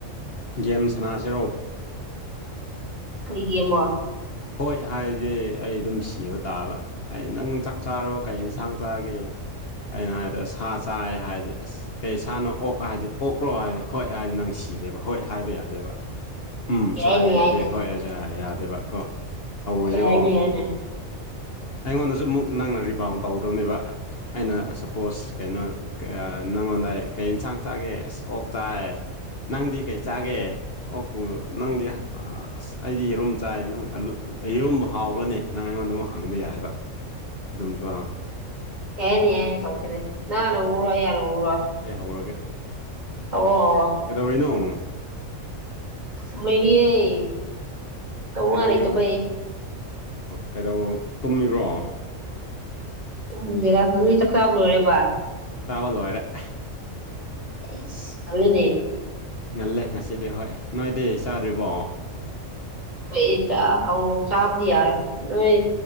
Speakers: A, on the left; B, on the right.
A: ꯒꯦꯝ ꯁꯥꯟꯅꯥꯁꯤꯔꯣ
B: ꯀꯔꯤꯒꯤ ꯑꯃꯨꯛ
A: ꯍꯣꯏ ꯍꯥꯏꯗꯤ ꯑꯩ ꯑꯗꯨꯝ ꯁꯤꯕ ꯇꯥꯕ ꯑꯩ ꯅꯪ ꯆꯥꯛ ꯆꯥꯔꯕꯣ ꯀꯩ ꯏꯟꯁꯥꯡ ꯆꯥꯒꯦ ꯑꯩꯅ ꯍꯥꯏꯗꯣ ꯁꯥ ꯆꯥꯏ ꯍꯥꯏꯗꯤ ꯑꯁ ꯀꯩ ꯏꯁꯥꯅꯣ ꯑꯣꯛ ꯍꯥꯏꯗꯤ ꯑꯣꯛꯂ꯭ꯔꯣ ꯍꯥꯏꯗꯤ ꯍꯣꯏ ꯍꯥꯏꯗꯤ ꯅꯪ ꯁꯤꯔꯦꯕ ꯍꯣꯏ ꯍꯥꯏꯕ ꯌꯥꯗꯦꯕ ꯎꯝꯁꯨ
B: ꯌꯥꯏꯅꯦ
A: ꯍꯥꯏꯕ
B: ꯌꯥꯏꯅꯦ
A: ꯌꯥꯗꯦ ꯍꯣꯏ ꯑꯗꯨ ꯌꯥꯗꯦꯕ ꯀꯣ ꯍꯧꯔꯁꯦꯀꯣ
B: ꯍꯥꯏꯅꯦ ꯍꯥꯏꯅꯦ
A: ꯑꯩꯉꯣꯟꯗꯁꯨ ꯑꯃꯨꯛ ꯅꯪꯅ ꯔꯤꯕꯥꯎ ꯇꯧꯒꯗꯧꯅꯦꯕ ꯑꯩꯅ ꯁꯄꯣꯁ ꯀꯩꯅꯣ ꯀꯩꯌꯥ ꯅꯪꯉꯣꯟꯗ ꯀꯩ ꯢꯟꯁꯥꯡ ꯆꯥꯒꯦ ꯑꯁ ꯑꯣꯛ ꯆꯥꯏ ꯅꯪꯗꯤ ꯀꯩ ꯆꯥꯒꯦ ꯑꯣꯛꯄꯨ ꯅꯪꯗꯤ ꯑꯁ ꯑꯩꯗꯤ ꯌꯦꯔꯨꯝ ꯆꯥꯏ ꯅꯪ ꯑꯂꯨ ꯑꯌꯣꯟꯝ ꯍꯥꯎꯕ꯭ꯔꯅꯦ ꯅꯪ ꯑꯩꯉꯣꯟꯗ ꯑꯃꯨꯛ ꯍꯪꯕ ꯌꯥꯏꯑꯕ ꯑꯗꯨꯝ ꯀꯣ
B: ꯌꯥꯢꯅꯦ ꯌꯥꯢꯅꯦ ꯇꯧꯁꯤꯅꯦ ꯅꯪꯅ ꯎꯔꯣꯏ ꯌꯥꯅ ꯎꯔꯣꯢ
A: ꯑꯩ ꯍꯧꯔꯒꯦ
B: ꯍꯧ ꯑꯣ
A: ꯀꯩꯗꯧꯔꯤꯅꯣ
B: ꯁꯨꯝ ꯂꯩꯔꯤꯌꯦ ꯇꯧꯅꯤꯡꯉꯥꯏ
A: ꯀꯩꯗꯧꯔꯤꯕ
B: ꯂꯩꯇꯕꯩ
A: ꯀꯩꯗꯧ ꯇꯨꯝꯃꯤꯕ꯭ꯔꯣ
B: ꯇꯨꯝꯗꯦꯗꯥ ꯃꯤ ꯆꯥꯛ ꯆꯥꯕ ꯂꯣꯏꯔꯦꯕ
A: ꯆꯥꯕ ꯂꯣꯏꯔꯦ
B: ꯑꯩꯁ ꯉꯜꯂꯤꯅꯦ
A: ꯉꯜꯂꯦ ꯉꯁꯤꯗꯤ ꯍꯣꯏ ꯅꯣꯏꯗꯤ ꯆꯥꯗ꯭ꯔꯤꯕꯣ
B: ꯑꯩꯈꯣꯏ ꯆꯥꯛ ꯍꯥꯎ ꯆꯥꯕꯗꯤ ꯌꯥꯔꯦ ꯅꯣꯏ